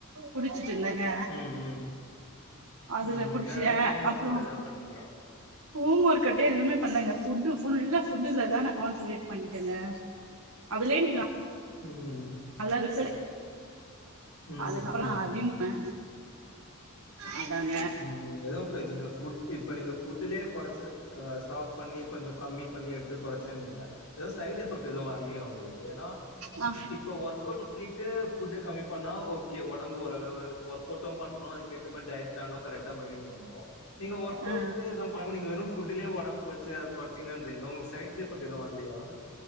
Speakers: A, on the right (about 80°); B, on the left (about 80°).
A: குடிச்சுட்டு இருந்தேங்க
B: ம் ம்
A: அதுல
B: ம் ம்
A: குடிச்சேன்
B: வேற ஏதாவது ஹோம் ஒர்க்
A: அப்றோ
B: அவுட் ஏதாவது பண்ணீங்களா
A: ஹோம் ஒர்க் கட்ட எதுவுமே பண்ணலைங்க ஃபுட்டு ஃபுல்லா ஃபுட்டுலதா நா கான்சன்ட்ரேட் பண்ணிட்டேங்க அதுலயும் நா
B: உம்
A: நல்லா ரிசல்ட்
B: ம் ம்
A: அதுக்கப்புறோ
B: ம் ம் ம்
A: அதிகமா அததா
B: உம் எதுவும் இ நீங்க இப்ப நீங்க ஃபுட்லயே கொஞ்சோ குறைச்ச ஸ்டாப் பண்ணி கொஞ்சோ கம்மி பண்ணி எடுத்து குறைச்சேனிங்க எதுவும் சைட் எஃபெக்ட் எதுவும் வரலைய உங்களுக்கு ஏன்னா
A: ஆ
B: இப்போ ஒர்க் அவுட் பண்ணிட்டு ஃபுட் கம்மி பண்ணா ஓகே உடம்பு ஓரளவு ஒர்க் அவுட்டு பண்ணோ அதுக்கு ஏத்த மாதிரி நானும் கரெக்டா மெயின்டன் பண்றோம் நீங்க ஒர்க்
A: ஆ
B: அவுட்டு பண்ணாம நீங்க வெறும் புட்லே உடம்பு குச்ச குச்சிங்கன்றறீங்க உங்களுக்கு சைட் எபெக்ட் எதுவு வரலயா